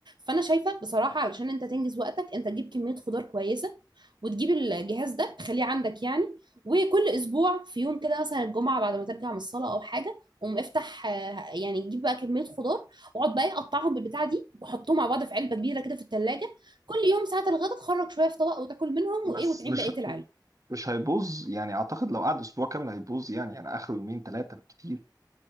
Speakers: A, on the right; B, on the right.
A: فانا شايفه بصراحه علشان انت تنجز وقتك انت تجيب كميه خضار كويسه وتجيب الجهاز ده تخليه عندك يعني وكل اسبوع في يوم كده مثلا الجمعه بعد ما ترجع من الصلاه او حاجه قوم افتح آه، يعني تجيب بقى كميه خضار واقعد بقى إيه، قطعهم بالبتاعه دي وحطهم مع بعض في علبه كبيره كده في الثلاجه كل يوم ساعة الغدا تخرج شوية في طبق وتاكل منهم وايه
B: بس
A: وتعين
B: مش
A: بقية العلبة
B: مش هيبوظ يعني اعتقد لو قعد اسبوع كامل هيبوظ يعني يعني اخره يومين ثلاثه بالكتير